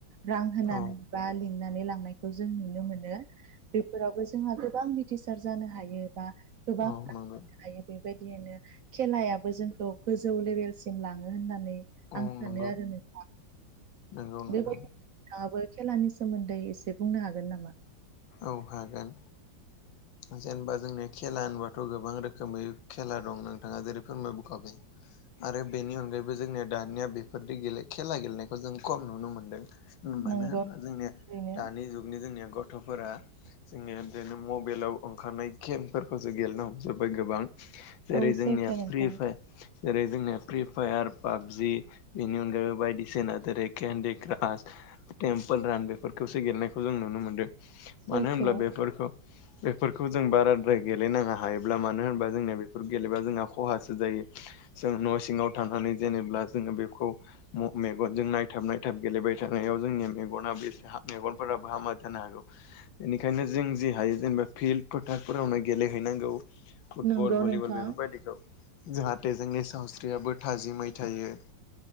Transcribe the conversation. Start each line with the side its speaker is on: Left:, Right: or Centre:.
Right: रां होनानै
Left: औ
Right: बा लिंनानै लांनायखौ जों नुनो मोनो। बेफोरावबो जोंहा गोबां मिथिसार जानो हायो बा गोबां
Left: औ नंगौ
Right: <inaudible> हायो बे बायदियैनो खेलायाबो जोंखौ गोजौ लेबेलसिम लाङो होननानै
Left: औ
Right: आं सानो
Left: नंगौ
Right: आरो नों
Left: नंगौ नोंथां
Right: बेबादि थाङाबो खेलानि सोमोन्दै एसे बुंनो हागोन नामा?
Left: औ हागोन। जेनेबा जोंनि खेला होनबाथ' गोबां रोखोमै खेला दं नोंथाङा जेरै फोरमायबोखाबाय। आरो बेनि अनगायैबो जोंनिया दानिया बेफोरदि गेले खेला गेलेनायखौ जों खम नुनो मोनदों। ओ मानो
Right: नंगौ
Left: होनब्ला जोंनिया
Right: ओरैनो
Left: दानि जुगनि जोंनिया गथ'फोरा जोंनि बेनो मब बेलाव ओंखारनाय गेमफोरखौसो गेलेनो हमजोब्बाय गोबां जेरै
Right: औ
Left: जोंनिया
Right: सैथो
Left: फ्रि
Right: नोंथां
Left: फाय जेरै जोंनिया फ्रि फायार पाबजि बेनि अनगायैबो बायदिसिना जेरै केन्डि क्रास टेम्पोल रान बेफोरखौसो गेलनायखौ जों नुनो मोनदों
Right: सैथो
Left: मानो होनब्ला बेफोरखौ बेफोरखौ जों बाराद्राय गेलेनाङा हायोब्ला मानो होनबा जोंनिया बेफोर गेलेबा जोंहा खहासो जायो। जों न' सिङाव थानानै जेनेबा जोङो बेखौ म- मेगनजों नायथाब-नायथाब गेलेबाय थानायाव जोंनिया मेगना बेसे हा मेगनफोराबो हामा जानो हागौ। बेनिखायनो जों जि हायो जेनबा फिल्ड फोथारफोरावनो गेलेहैनांगौ फुटबल
Right: नंगौ
Left: भलिबल
Right: नोंथां
Left: बेफोरबायदिखौ। जाहाथे जोंनि सावस्रियाबो थाजिमै थायो।